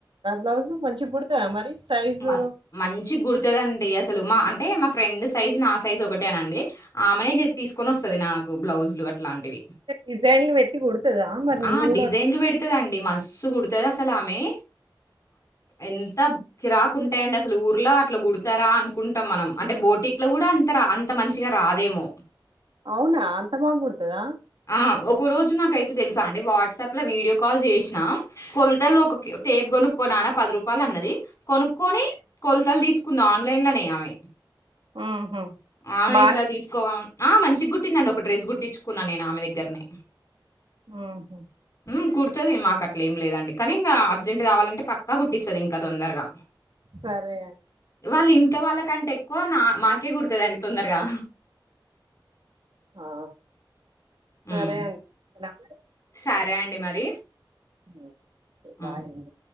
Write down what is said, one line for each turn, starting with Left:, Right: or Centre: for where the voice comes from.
Right: బ్లౌజు మంచిగ కుడతా మరి సైజు
Left: మస్ మంచిగ కుడుతదండి ఎస్ అసలు మా అంటే మా ఫ్రెండ్ సైజ్ నా సైజ్ ఒకటేనండి. ఆమెనే తీసుకొని వస్తది నాకు బ్లౌజ్లు అలాంటివి
Right: డిజైన్లు పెట్టి కుడుతదా మరి
Left: ఆ
Right: నేను కూడా
Left: డిజైన్లు పెడుతుదండి మసు కుడుతు అసలామె ఎంత రాకుంటాయి అండి అసలు ఊర్లో అట్లా కుడతారా అనుకుంటాం. మనం అంటే బోటిక్ లో కూడా అంతరా అంత మంచిగా రాదేమో
Right: అవునా అంత బాగకుడుతదా
Left: ఆ ఒక రోజు నాకైతే తెలుసా అండి వాట్సాప్ లో వీడియో కాల్ చేసినా కొలతలు ఒక టేప్ కొనుక్కో నానా పది రూపాయలు అన్నది. కొనుక్కొని కొలతలు తీసుకుంద ఆన్లైన్ లోనే ఆమె
Right: ఉహు
Left: ఆమె
Right: బానే
Left: ఇట్లా తీసుకోవాం ఆ మంచి గుట్టిందంట ఒక డ్రెస్ గుట్టించుకున్నా నేను ఆమె దగ్గరనే
Right: ఉమ్
Left: ఉమ్ కుడుతది మాకు అట్లా ఏం లేదండి కానీ ఇంకా అర్జెంట్ కావాలంటే పక్కా కుట్టిస్తది ఇంకా తొందరగా
Right: సరే అం
Left: వాళ్ళ ఇంట్లో వాళ్ళకంటే ఎక్కువ నా మాకే కుడుతదండి తొందరగా
Right: ఆ సరే
Left: హ్మ్.
Right: అండి ఉందునా మరి
Left: సరే అండి మరి
Right: ఉమ్
Left: హ్మ్.
Right: బాయ్ అండి